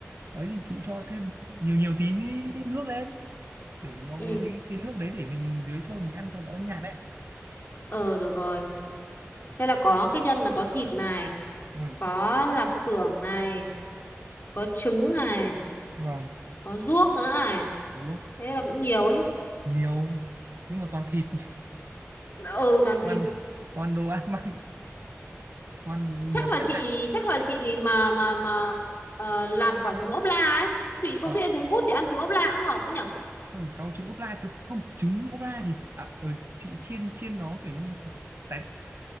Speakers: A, on the right; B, on the left.
A: ấy thì chị cho thêm nhiều nhiều tí nước lên để nó
B: ừ
A: có lấy cái nước đấy để mình dưới sôi mình ăn cho đỡ nhạt đấy
B: ờ được rồi thế là có cái nhân là có thịt này
A: ừ
B: có lạp xưởng này có trứng này
A: vâng
B: có ruốc nữa này
A: đúng
B: thế là cũng nhiều ấy chứ
A: nhiều nhưng mà toàn thịt
B: ừ toàn thịt
A: toàn toàn đồ ăn mặn toàn
B: chắc
A: nhiều
B: là
A: chất
B: chị chắc là chị mà mà mà ờ, làm quả trứng ốp la ấy chị không
A: ở
B: thích ăn trứng cút chị ăn trứng ốp la cũng hợp ấy nhỉ
A: ừ, kháu trứng ốp la cứ không trứng ốp la thì à, ở chị chiên chiên nó kiểu như s- s- tét